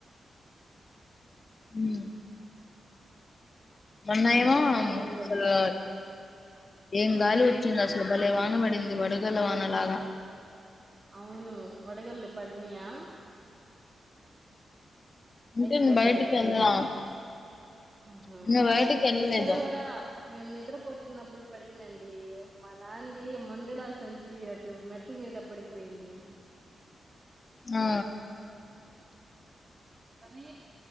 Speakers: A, on the left; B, on the right.
A: ఉ మొన్న
B: ఏం
A: ఏమో
B: చేస్తున్నారు ఇంకా
A: అసలు
B: మీరు
A: ఏం గాలి వచ్చింది అసలు భలే వాన పడింది వడగల్ల వానలాగా
B: అవును వడగళ్ళు పడినియా
A: అంటే
B: ఐస్
A: నేను
B: గడ్డలు
A: బయటికి
B: పడినయా
A: వెళ్ళాం
B: హు
A: నిన్న బయటికి వెళ్ళలేదు
B: ఎక్కడ కూడా మేము నిద్రపోతున్నప్పుడు పడిందండి మా నాన్నది మందులా సంచి అటు మెట్ల మీద పడిపోయింది
A: ఆ
B: రమి